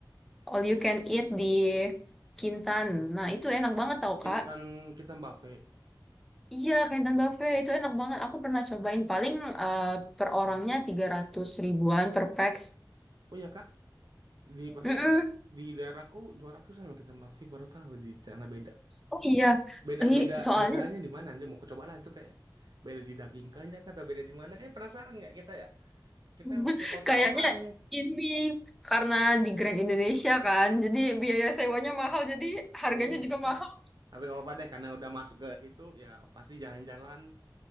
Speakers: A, in the centre; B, on the right.
A: all you can eat di Kintan. Nah, itu enak banget tau,
B: Kintan
A: Kak.
B: Kintan Buffet.
A: Iya, Kintan Buffet itu enak banget. Aku pernah cobain paling eh, per orangnya 300 ribuan per pax.
B: Oh ya kah? Di berarti
A: Mm-mm.
B: di di daerahku dua ratusan loh Kintan Buffet baru tahu di sana beda.
A: Oh iya.
B: Beda
A: Ih,
B: beda
A: soalnya
B: bedanya di mana nanti mau coba lah itu kayak beda di daging kanya atau beda di mana? Eh penasaran nggak kita ya? Kita
A: <laughs>
B: main ke kota
A: kayaknya
B: orang
A: ini karena di Grand Indonesia kan, jadi biaya sewanya mahal, jadi
B: Oh
A: harganya
B: bisa.
A: juga mahal.
B: Tapi nggak apa-apa deh karena udah masuk ke situ ya pasti jalan-jalan